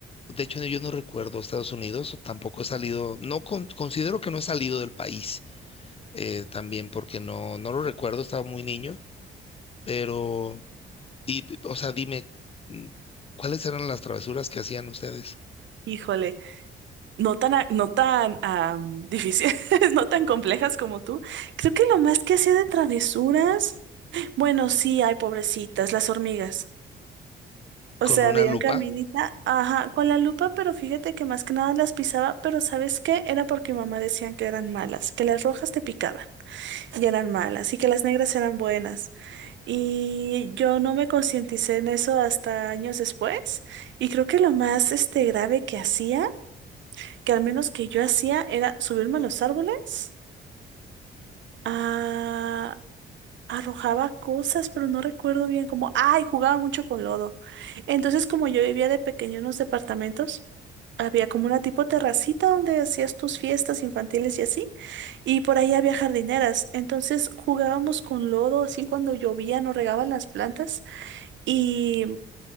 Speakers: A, on the left; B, on the right.
A: de hecho yo no recuerdo Estados Unidos, tampoco he salido, no con- considero que no he salido del país eh, también porque no, no lo recuerdo, estaba muy niño, pero, y, o sea, dime, mm, ¿cuáles eran las travesuras que hacían ustedes?
B: Híjole, no tan, a- no tan am, difíciles, <laughs> no tan complejas como tú. Creo que lo más que hacía de travesuras, bueno, sí, hay pobrecitas, las hormigas. O
A: ¿Con
B: sea,
A: una
B: veía
A: lupa?
B: un caminita, ajá, con la lupa, pero fíjate que más que nada las pisaba, pero ¿sabes qué? Era porque mamá decían que eran malas, que las rojas te picaban y eran malas, y que las negras eran buenas. Y yo no me concienticé en eso hasta años después. Y creo que lo más este, grave que hacía, que al menos que yo hacía, era subirme a los árboles. ah, arrojaba cosas, pero no recuerdo bien como, ay, jugaba mucho con lodo. Entonces, como yo vivía de pequeño en unos departamentos, había como una tipo terracita donde hacías tus fiestas infantiles y así. Y por ahí había jardineras. Entonces jugábamos con lodo, así cuando llovían o regaban las plantas. y